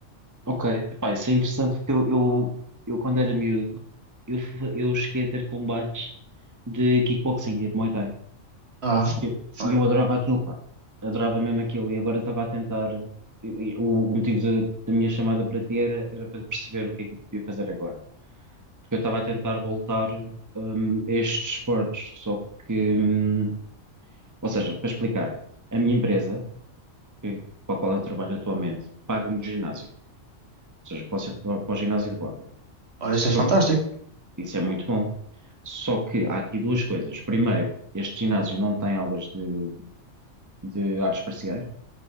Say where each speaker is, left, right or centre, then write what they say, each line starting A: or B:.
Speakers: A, on the right (about 15°); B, on the right (about 55°).
A: Ok, Epá, isso é interessante porque eu, eu, eu, quando era miúdo, eu, f- eu cheguei a ter combates de kickboxing e de Muay Thai.
B: Ah,
A: E eu,
B: olha,
A: e eu adorava aquilo, pá. Adorava mesmo aquilo. E agora estava a tentar. e- e O, o motivo da da minha chamada para ti era, era para perceber o que é que eu podia fazer agora. Porque eu estava a tentar voltar, hum, a estes esportes. Só que. hum, ou seja, para explicar, a minha empresa, que- para a qual eu trabalho atualmente, paga-me o ginásio. Ou seja, posso ir para, para o ginásio de borla.
B: olha,
A: Só
B: isso é fantástico.
A: que isso é muito bom. Só que há aqui duas coisas. Primeiro, este ginásio não tem aulas de de artes marciais